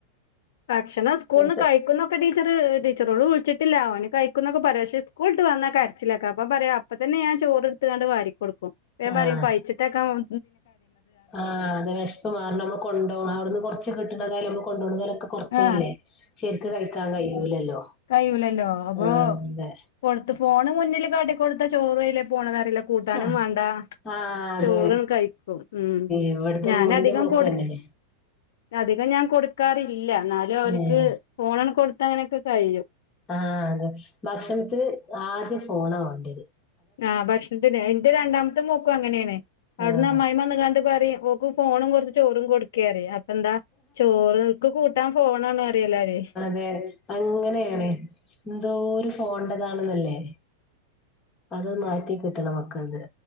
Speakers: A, on the left; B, on the left.
A: ഭക്ഷണം സ്കൂൾന്ന്
B: നൈസ്
A: കഴിക്കുന്നൊക്കെ ടി ച്ചർ ടീച്ചറോട് വിളിച്ചിട്ടില്ല ഓന് കഴിക്കുന്നൊക്കെ പറയും ക്ഷേ സ്കൂൾട്ട് വന്നാ കരച്ചിലാക്കും അപ്പ പറയാ അപ്പൊ തന്നെ ഞാൻ ചോറെടുത്തണ്ട് വാരികൊടുക്കും പ്പ ഞാൻ
B: ആഹ്
A: പറയും പയിച്ചിട്ടാക്കും അവൻ
B: ആഹ് അത് വിഷ്പ് മാറണം മ്മൾ കൊണ്ടോണം അവിടുന്ന് കൊറച്ച് കിട്ടണ്ടതായാല നമ്മ കൊണ്ടോണതായാലും കൊറച്ചല്ലേ
A: ആഹ്
B: ശരിക്ക് കഴിക്കാൻ കഴിയൂലല്ലോ
A: കയൂലല്ലോ അപ്പൊ
B: ആഹ് അതെ
A: കൊടുത്ത് ഫോണ് മുന്നിൽ കാട്ടി കൊടുത്ത ചോറ് പോണതറിയില്ല കൂട്ടാനും
B: ആഹ്
A: വേണ്ട
B: ആഹ് അതെ
A: ചോറും കഴിക്കും ഉം
B: ഇവിടുത്തെ
A: ഞാനധികം
B: ഇന്റെ മോക്കും
A: കൊടു
B: അങ്ങനെന്നെ
A: അധികം ഞാൻ കൊടുക്കാറില്ല എന്നാലും അവർക്ക്
B: ഏഹ്
A: ഫോണ് കൊടുത്ത അങ്ങനെയൊക്കെ കഴിയും
B: ആഹ് അതെ ഭക്ഷണത്തിന് ആദ്യം ഫോണ വേണ്ടത്
A: ആഹ് ഭക്ഷണത്തിന് എന്റെ രണ്ടാമത്തെ മോക്കും അങ്ങനെയാണ് അവിടുന്ന്
B: ആഹ്
A: അമ്മായി വന്ന കാണ്ട് പറയും ഓക്കും ഫോണും കുറച്ച് ചോറും കൊടുക്കറ അപ്പ എന്താ ചോറ്ക്ക് കൂട്ടാൻ ഫോണണ് പറയില്ലോര്
B: അ അങ്ങനെയാണ് എന്തോ ഒരു ഫോൺണ്ടതാണെന്നല്ലേ അതൊ മാറ്റി കിട്ടണം മക്കലേത്